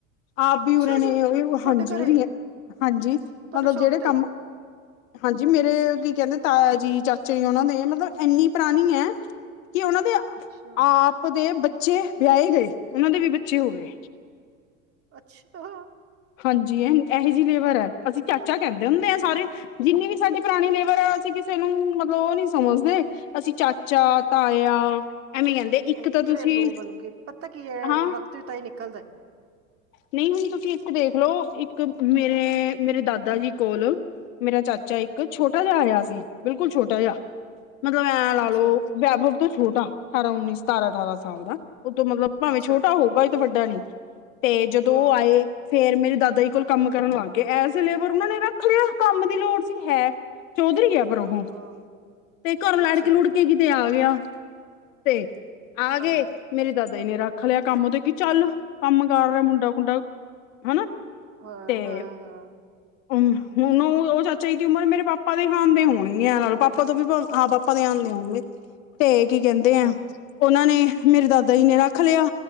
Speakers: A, on the left; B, on the right.
A: ਆਪ ਵੀ
B: ਅੱਛਾ
A: ਉਰੇ ਨੇ
B: ਜੀ
A: ਉਹ ਵੀ
B: ਤੁਹਾਡੇ
A: ਹਾਂਜੀ
B: ਘਰੇ
A: ਉਰੀ ਹੈ ਹਾਂਜੀ
B: ਤੁਹਾਡੇ
A: ਮਤਲਬ
B: ਸ਼ੋਪ
A: ਜਿਹੜੇ
B: ਤੇ
A: ਕੰਮ ਹਾਂਜੀ ਮੇਰੇ ਕੀ ਕਹਿੰਦੇ ਤਾਇਆ ਜੀ ਚਾਚੇ ਜੀ ਉਹਨਾ ਦੇ ਮਤਲਬ ਇੰਨੀ ਪੁਰਾਣੀ ਐ ਕੀ ਉਹਨਾਂ ਦੇ
B: ਅੱਛਾ।
A: ਆਪ ਦੇ ਬੱਚੇ ਵਿਆਹੇ ਗਏ ਉਹਨਾਂ ਦੇ ਵੀ ਬੱਚੇ ਹੋ ਗਏ।
B: ਅੱਛਿ ਆ
A: ਹਾਂਜੀ ਇਹ ਐਹੇ ਜਿਹੀ ਲੇਬਰ ਹੈ ਅਸੀਂ ਚਾਚਾ ਕਹਿੰਦੇ ਹੁੰਦੇ ਐ ਸਾਰੇ। ਜਿੰਨੀ ਵੀ ਸਾਡੀ ਪਰਾਣੀ ਲੇਬਰ ਅ ਅਸੀਂ ਕਿਸੇ ਨੂੰ ਮਤਲਬ ਉਹ ਨੀ ਸਮਝਦੇ। ਅਸੀਂ ਚਾਚਾ ਤਾਇਆ ਐਵੀਂ ਕਹਿੰਦੇ ਇੱਕ
B: ਉਹ
A: ਤਾਂ ਤੁਸੀਂ
B: ਘਰੇਲੂ ਬਣ ਕੇ ਪਤਾ ਕੀ ਹੈ
A: ਹਾਂ
B: ਵਕਤ ਵੀ ਤਾਂ ਹੀ ਨਿਕਲਦਾ।
A: ਨਹੀਂ ਹੁਈ ਤੁਂ ਠੀਕ ਦੇਖਲੋ ਇੱਕ ਮੇਰੇ-ਮੇਰੇ ਦਾਦਾ ਜੀ ਕੋਲ ਮੇਰਾ ਚਾਚਾ ਈ
B: ਹੂੰ।
A: ਛੋਟਾ ਜਿਹਾ ਆਇਆ ਸੀ ਬਿਲਕੁਲ ਛੋਟਾ ਜਿਹਾ ਮਤਲਬ ਐਂ ਲਾ
B: ਅੱਛਾ
A: ਲਓ ਵੈਭਵ ਤੋਂ ਛੋਟਾ ਠਾਰਾਂ ਉੱਨੀ ਸਤਾਰਾਂ ਠਾਰਾਂ ਸਾਲ ਦਾ ਉਹਤ ਤੋਂ ਮਤਲਬ ਭਾਵੇਂ
B: ਅੱਛਾ
A: ਛੋਟਾ ਹੋਊਗਾ ਤਾਂ ਵੱਡਾ ਨੀ ਤੇ ਜਦੋਂ
B: ਹਾਂ
A: ਉਹ ਆਏ ਫੇਰ ਮੇਰੇ ਦਾਦਾ ਜੀ ਕੋਲ ਕੰਮ ਕਰਨ ਲੱਗ ਗਏ ਐਸੀ ਲੇਬਰ ਉਹਨਾਂ ਨੇ ਰੱਖ ਲਿਆ ਕੰਮ ਦੀ ਲੋੜ ਸੀ ਹੈ ਚੌਧਰੀ ਹੈ ਪਰ ਓਹ
B: ਹਾਂ
A: ਤੇ ਘਰੋਂ ਲੜਕੇ
B: ਅੱਛਾ
A: ਲੁੜਕੇ ਕਿਤੇ ਆ ਗਿਆ। ਤੇ ਆਗੇ
B: ਹਾਂ
A: ਮੇਰੇ ਦਾਦਾ ਜੀ ਨੇ ਰੱਖ ਲਿਆ ਕੰਮ ਤੇ ਕੀ ਚੱਲ ਕੰਮ ਕਰ ਰਿਹਾ ਮੁੰਡਾ ਖੁੰਡਾ ਹਨਾ
B: ਹਾਂ
A: ਤੇ
B: ਹਾਂ ਹਾਂ
A: ਹੁਣ ਉਹ ਉਹ ਚਾਚਾ ਯੀ ਦੀ ਉਮਰ ਮੇਰੇ ਪਾਪਾ ਦੇ ਹਾਣ ਦੇ ਹੋਨੀ ਆ ਨਾਲੇ ਪਾਪਾ ਤੋਂ ਵੀ ਹਾਂ ਪਾਪਾ ਦੇ ਹਾਨ ਦੇ ਹੋਣਗੇ ਤੇ ਕੀ ਕਹਿੰਦੇ
B: ਅੱਛਾ
A: ਐਂ ਉਹਨਾਂ ਨੇ ਮੇਰੇ ਦਾਦਾ ਜੀ ਨੇ ਰੱਖ ਲਿਆ।